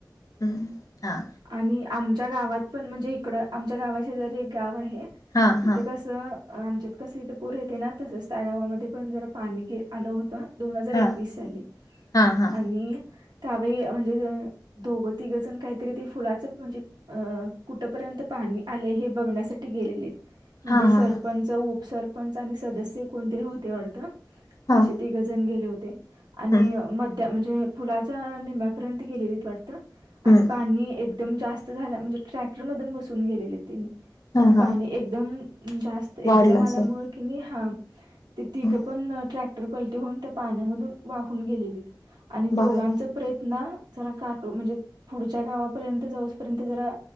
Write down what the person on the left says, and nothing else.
हम्म हा
हा
हा
हा
हा हा
हा हा
हा
हा
हम्म
हम्म
हा हा
वाढलं
असेल
हं,
बाय